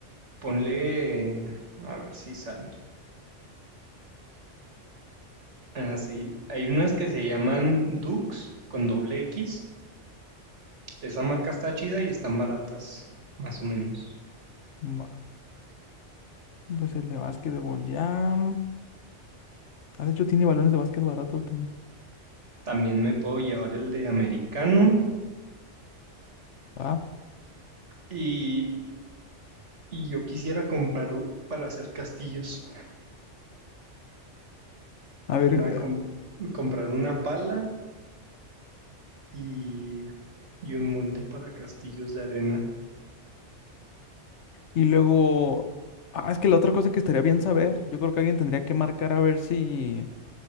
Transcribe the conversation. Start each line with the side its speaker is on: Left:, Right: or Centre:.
Right: ponle, a ver si salen. Ah, sí, hay unas que se llaman Dux con doble X. Esa marca está chida y están baratas, más o menos.
Left: Va. Pues el de básquetbol ya. Ah, de hecho, tiene balones de básquet baratos también.
Right: También me puedo llevar el de americano
Left: Va.
Right: y, y yo quisiera comprar u- para hacer castillos.
Left: A ver.
Right: Me voy a
Left: eh,
Right: com- comprar una pala y, y un molde para castillos de arena.
Left: Y luego. Ah, es que la otra cosa que estaría bien saber. Yo creo que alguien tendría que marcar a ver si.